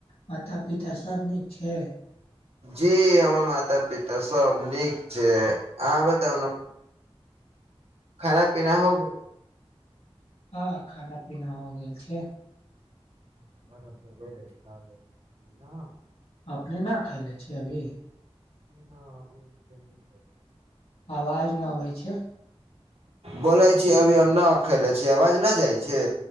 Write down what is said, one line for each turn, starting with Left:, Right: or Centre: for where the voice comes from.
Left: माता पिता सब नीक छै
Right: जी हमर माता पिता सब नीक छै अहाँ बताउ ने खाना पीना हो
Left: ह खाना पीना हो गेल छै
Right: बै छ् <inaudible>
Left: अपने न खाय ले छिय अभी
Right: <inaudible>
Left: आवाज नय‌अबै छै
Right: बोलै छी अभी हम न अखैेले छीय आवाज न जाइ छै